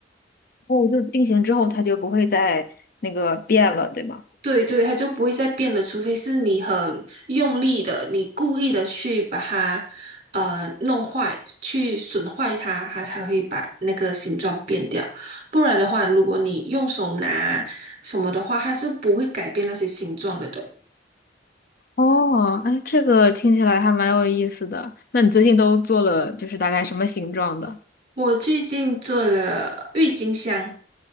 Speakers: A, on the left; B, on the right.
A: 哦，就是定型之后它就不会再那个变了，对吗？
B: 对对，它就不会再变了，除非是你很用力的，你故意的去把它呃弄坏，去损坏它，它才会把那个形状变掉。不然的话，如果你用手拿什么的话，它是不会改变那些形状了的。
A: 哦，哎，这个听起来还蛮有意思的。那你最近都做了，就是大概什么形状的？
B: 我最近做了郁金香，